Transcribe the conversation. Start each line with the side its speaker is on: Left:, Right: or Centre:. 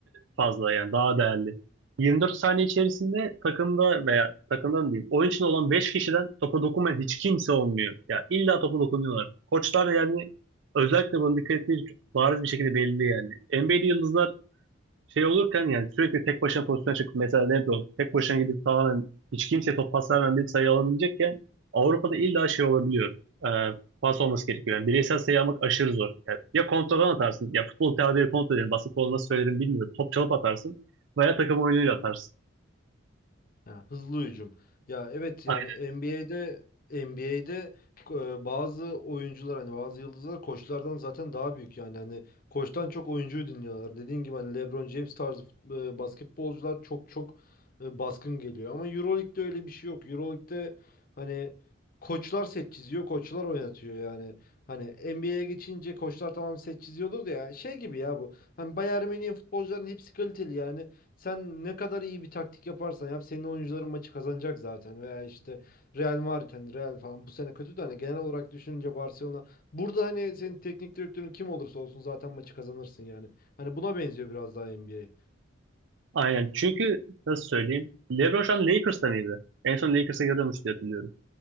Right: fazla yani daha değerli. 24 saniye içerisinde takımda veya takımdan diyeyim oyun içinde olan 5 kişiden topa dokunmayan hiç kimse olmuyor. Ya illa topa dokunuyorlar. Koçlar da yani özellikle bunu dikkat ettiği bariz bir şekilde belli yani. NBA'de yıldızlar şey olurken yani sürekli tek başına pozisyona çıkıp mesela LeBron tek başına gidip tamamen hiç kimseye top pas vermeden bir sayı alabilecekken Avrupa'da illa şey olabiliyor. Ee, pas olması gerekiyor. Yani bireysel sayı almak aşırı zor. Yani ya kontradan atarsın. Ya futbol tabiri kontra derim. Basketbol nasıl söylerim bilmiyorum. Top çalıp atarsın. Veya takım oyunuyla atarsın.
Left: Ha, hızlı hücum. Ya evet
Right: Aynen.
Left: yani NBA'de NBA'de e, bazı oyuncular hani bazı yıldızlar koçlardan zaten daha büyük yani hani koçtan çok oyuncuyu dinliyorlar. Dediğin gibi hani LeBron James tarzı fut- e, basketbolcular çok çok e, baskın geliyor ama EuroLeague'de öyle bir şey yok. EuroLeague'de hani koçlar set çiziyor, koçlar oynatıyor yani. Hani NBA'ye geçince koçlar tamam set çiziyordur da yani şey gibi ya bu. Hani Bayern Münih'in futbolcuların hepsi kaliteli yani. Sen ne kadar iyi bir taktik yaparsan yap senin oyuncuların maçı kazanacak zaten veya işte Real Madrid hani Real falan bu sene kötü de hani genel olarak düşününce Barcelona burada hani senin teknik direktörün kim olursa olsun zaten maçı kazanırsın yani. Hani buna benziyor biraz daha NBA.
Right: Aynen. Çünkü nasıl söyleyeyim? LeBron şu an Lakers'ta mıydı? En son Lakers'a gidiyormuş diye hatırlıyorum.